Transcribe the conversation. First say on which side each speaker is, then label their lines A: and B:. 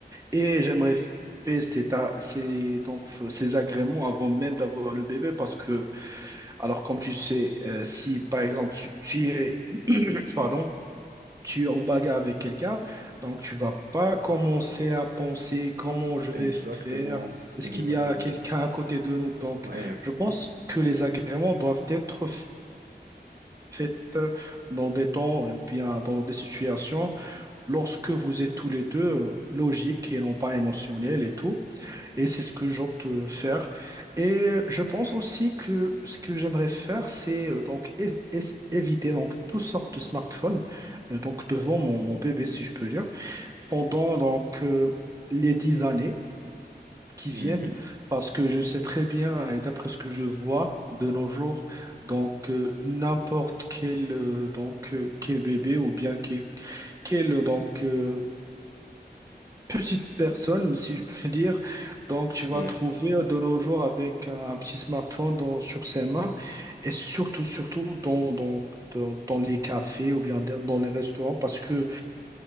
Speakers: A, on the right; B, on the right.
A: Et j'aimerais faire ces, ta- ces- donc, f- ces agréments avant même d'avoir le bébé parce que, alors comme tu sais, euh, si par exemple tu, tu es, <coughs> <clears throat> pardon, tu es en bagarre avec quelqu'un, donc tu vas pas commencer à penser comment je vais
B: Exactement,
A: faire, est-ce
B: <laughs>
A: qu'il
B: exactement.
A: y a quelqu'un à côté de nous? Donc
B: Ouais.
A: je pense que les agréments doivent être faits dans des temps ou bien dans des situations lorsque vous êtes tous les deux euh, logiques et non pas émotionnels et tout. Et c'est ce que j'opte euh, faire. Et euh, je pense aussi que ce que j'aimerais faire, c'est euh, donc é- é- éviter donc toutes sortes de smartphones euh, donc devant mon, mon bébé, si je peux dire, pendant donc euh, les dix années qui
B: Mhm.
A: viennent, parce que je sais très bien et d'après ce que je vois de nos jours, donc euh, n'importe quel euh, donc euh, quel bébé ou bien quel quel euh, donc euh, petite personne, si je peux <laughs> dire. Donc, tu vas
B: Ouais.
A: le trouver euh, de nos jours avec un petit smartphone dans- sur ses mains et surtout, surtout dans, dans, dans, dans les cafés ou bien dans les restaurants parce que